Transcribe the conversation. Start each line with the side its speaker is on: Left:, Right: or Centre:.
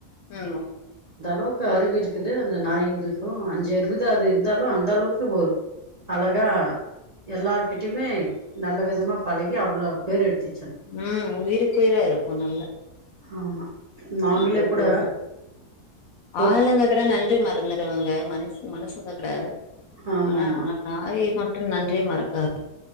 Left: ம்
Right: அந்த அளவுக்கு அறிவிருக்குது அந்த நாய்ங்களுக்கு அஞ்சு அறிவு தா அது இருந்தாலு அந்த அளவுக்கு ஒரு அழ தா எல்லார்கிட்டயுமே நல்ல விதமா பழகி அவ்வளோ பேர் எடுத்தி
Left: ம் உயிருக்கு உயிரா இருக்கு நல்ல
Right: ஆமா நாங்களே
Left: நம்போ
Right: கூட
Left: <inaudible>
Right: ஒரு
Left: ஆளுங்க கட நன்றி மறந்துருவாங்க மனு சு மனுசு வ ட
Right: ஆமாம்மா
Left: ஆனா நாய் மட்டு நன் றியே மறக்காது